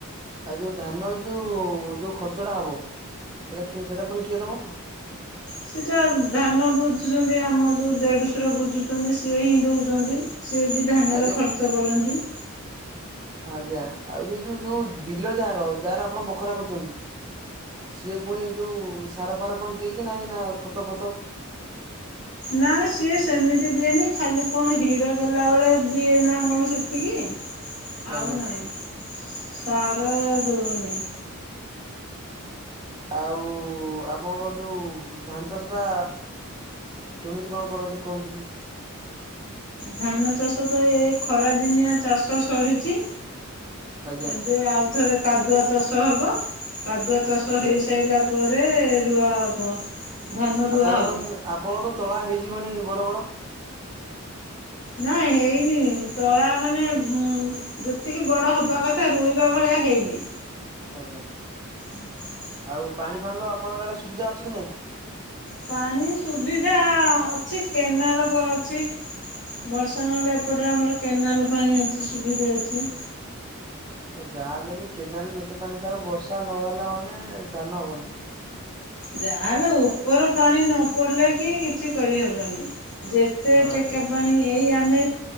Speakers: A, on the right (about 20°); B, on the left (about 55°).
A: ଆଉ ଯୋଉ ଧାନର ଯୋଉ ଯୋଉ ଖର୍ଚ୍ଚଟା ହବ ସେଇଟା ପୁଣି କିଏ ଦବ?
B: ସେଟା ଧାନ ବୁଝୁଛନ୍ତି ଆମ ଯୋଉ ଦେଢଶୁର ବୁଝୁଛନ୍ତି ସିଏ ହିଁ ଦଉଛନ୍ତି। ସିଏ ବି ଧାନରେ
A: ଆଜ୍ଞା
B: ଖର୍ଚ୍ଚ କରନ୍ତି।
A: ଆଜ୍ଞା ଆଉ ଯ ଯୋଉ ଯୋଉ ବିଲ ଯାହାର ଯାହାର ଆପଣ ବଖରା କରୁଛନ୍ତି। ସିଏ ପୁଣି ଯୋଉ ସାର ଫାର କଣ ଦିଏ କି ନାହିଁ ନା ଖତ ଫତ?
B: ନା ସିଏ ସେମିତି ଦିଏନି ଖାଲି କଣ ହିଡ଼ ଦେଲା ବେଳେ ଦିଏ ନା କଣ ସେତିକି?
A: ଆଜ୍ଞା।
B: ଆଉ ନାହିଁ ସାର ଦଉନି।
A: ଆଉ ଆପଣଙ୍କର ଯୋଉ ଧାନ ଚାଷ ଟା କେମିତି କଣ କରନ୍ତି କୁହନ୍ତୁ ଟିକେ?
B: ଧାନ ଚାଷ ତ ଏ ଖରାଦିନିଆ ଚାଷ ସରିଛି।
A: ଆଜ୍ଞା
B: ଏବେ ଆଉଥରେ କାଦୁଆ ଚାଷ ହବ କାଦୁଆ ଚାଷ
A: ଆଜ୍ଞା।
B: ହେଇସାରିଲା ପରେ ରୁଆ ହବ। ଧାନ ରୁଆ
A: ଆପଣଙ୍କର
B: ହବ।
A: ତ ଆପଣଙ୍କର ତ ତଳା ହେଇଯିବଣି ବଡ ବଡ।
B: ନା ହେଇନି ତଳା ମାନେ ଯେତିକି ବଡ ହବା କଥା ରୋଇବା ଭଳିଆ ହେଇନି।
A: ଆଜ୍ଞା।
B: ହୁଁ।
A: ଆଉ ପାଣି ଫାଣିିଲ ଆପଣଙ୍କ ଆଡେ ସୁବିଧା ଅଛି କି ନାଇଁ?
B: ପାଣି ସୁବିଧା ଅଛି କେନାଲ ଅଛି। ବର୍ଷା ନହେଲେ ଏପଟରେ ଆମର କେନାଲ ପାଣି ଅଛି ସୁବିଧା ଅଛି।
A: ଯାହାହଲେ ବି କେନାଲରେ ଯେତେ ପାଣି ଥାଉ ବର୍ଷା ନହେଲା ମାନେ ଧାନ ହବନି।
B: ଯାହାହେଲେ ଉପର ପାଣି ନ ପଡିଲେ କି କିଛି କରିହବନି। ଯେତେ
A: ହଁ
B: ଟେକା
A: ଆଜ୍ଞା
B: ପାଣି ଏଇ ଆମେ